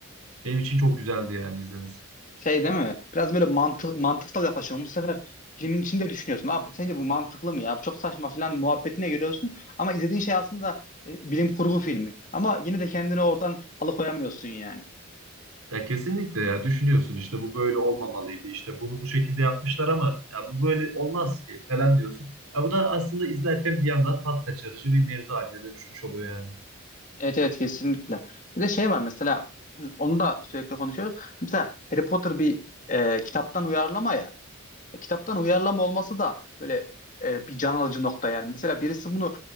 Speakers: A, on the right; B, on the left.
A: Benim için çok güzeldi yani izlemesi.
B: şey değil mi? Biraz böyle mantık mantıksal yaklaşıyorum. Bu sefer filmin içinde düşünüyorsun. Abi sence bu mantıklı mı ya? Bu çok saçma falan muhabbetine giriyorsun. Ama izlediğin şey aslında e, bilim kurgu filmi. Ama yine de kendini oradan alıkoyamıyorsun yani.
A: Ya kesinlikle ya düşünüyorsun işte bu böyle olmamalıydı işte bunu bu şekilde yapmışlar ama ya bu böyle olmaz ki falan diyorsun. Ya bu da aslında izlerken bir yandan tat kaçırıcı bir mevzu haline dönüşmüş oluyor yani.
B: Evet evet kesinlikle. Bir de şey var mesela onu da sürekli konuşuyoruz. Hani Mesela Harry Potter bir e, kitaptan uyarlama ya. E, kitaptan uyarlama olması da böyle e, bir can alıcı nokta yani. Mesela birisi bunu